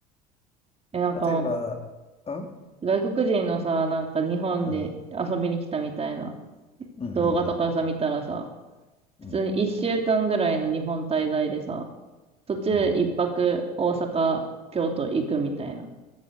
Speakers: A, on the right; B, on the left.
A: え、なんかも
B: 例えば、うん
A: う、外国人のさ、なんか日本で遊びに来たみたいな
B: うんうんうん
A: 動画とかさ、見たらさ、普通に一週間ぐらいの日本滞在でさ、
B: うんうん
A: 途中一泊大阪、
B: うん
A: 京都行くみたいな。